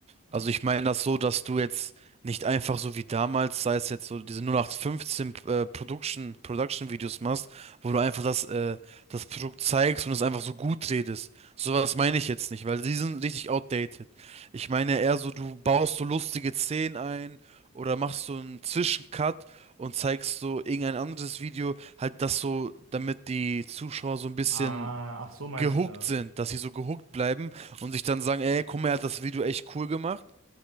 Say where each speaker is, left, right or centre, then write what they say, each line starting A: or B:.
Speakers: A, on the right (about 30°); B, on the right (about 65°).
A: Also ich meine das so, dass du jetzt nicht einfach so wie damals, sei es jetzt so diese 0815 äh, Production, Production Videos machst, wo du einfach das, äh, das Produkt zeigst und es einfach so gut redest. Sowas meine ich jetzt nicht, weil die sind richtig outdated. Ich meine eher so, du baust so lustige Szenen ein oder machst so einen Zwischencut und zeigst so irgendein anderes Video, halt das so, damit die Zuschauer so ein bisschen
B: Ah, ach so meinst
A: gehuckt
B: du das?
A: sind, dass sie so gehuckt bleiben und sich dann sagen, ey, guck mal, er hat das Video echt cool gemacht.